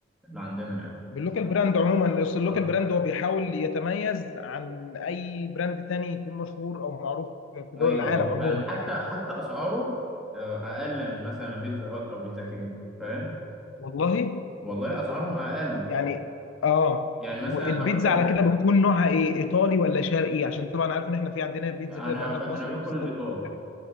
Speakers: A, in the centre; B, on the left.
A: اللي عندنا يعني
B: باللوكال براند عموما اصل اللوكال
A: اه
B: براند هو بيحاول يتميز عن اي براند تاني يكون مشهور او معروف في
A: ايوه
B: دول العالم
A: ايوه
B: عموما
A: فعلا
B: يعني
A: حتى حتى اسعاره آه، اقل من مثلا من بيتزا هات او بيتزا كينج فاهم
B: والله
A: والله اسعارهم اقل
B: يعني اه
A: يعني مثلا
B: والبيتزا
A: هقول لك
B: على كده بتكون نوعها ايه ايطالي ولا شرقي عشان طبعا عارف ان احنا في عندنا بيتزا
A: انا
B: كده بنعملها
A: ب... انا
B: في مصر
A: باكل
B: اللي اسمها
A: الايطال
B: بيتزا شرقي.